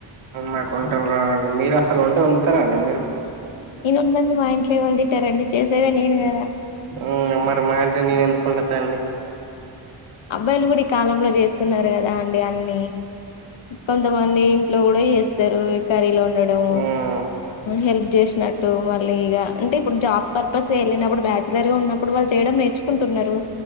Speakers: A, on the right; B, on the left.
A: నాకు వంటలు రావండి మీరు అసలు వంట వండుతారండి మీరు
B: నేను వండంది మా ఇంట్లో ఎవరు తింటారండీ చేసేదే నేను కదా
A: ఉ మరి మా ఇంట్లో నేను ఎందుకు వండుతా అండి
B: అబ్బాయిలు కూడా ఈ కాలంలో చేస్తున్నారు కదా అండి అన్ని కొంతమంది ఇంట్లో కూడా చేస్తారు కర్రీలో డడం
A: ఉమ్
B: హెల్ప్ చేసినట్టు మళ్ళీ ఇగ అంటే ఇప్పుడు జాబ్ పర్పస్ వెళ్ళినప్పుడు బ్యాచులర్గా ఉన్నప్పుడు వాళ్ళు చేయడం నేర్చుకుంటున్నారు